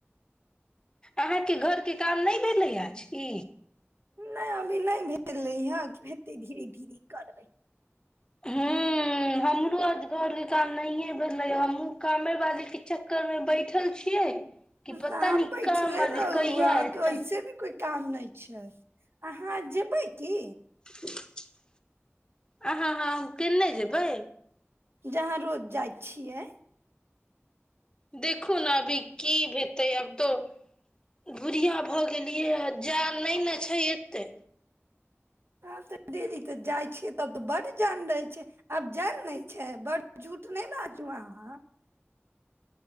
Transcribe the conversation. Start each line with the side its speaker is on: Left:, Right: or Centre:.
Left: अहाँके घरके काम नहि भेलै आज की
Right: नहि अभी नहि भेलै हँ हेतै धीरे धीरे करबै
Left: हँ हमरो आज घरे काम नहिये भेलै हमहुँ कामे वाली के चक्कर मे बैठल छियै कि
Right: तऽ
Left: पता
Right: अन्हा
Left: नहि
Right: बैठले
Left: काम बाली
Right: रहु
Left: कहिया
Right: अहाँ
Left: एतै
Right: के ओयसे भी कोइ काम नहि छै अहाँ जेबै की
Left: <unintelligible> अहाँ हँ केन्ने जेबै
Right: जहाँ रोज जाइ छियै
Left: देखू ने अभी की हेतै आब तऽ भुरिया भऽ गेलियै जान नहि न छै एते
Right: आब त डेली तऽ जाइ छियै तब तऽ बड्ड जान रहै छै आब जान नहि छै बड्ड झूठ नहि बाजू अहाँ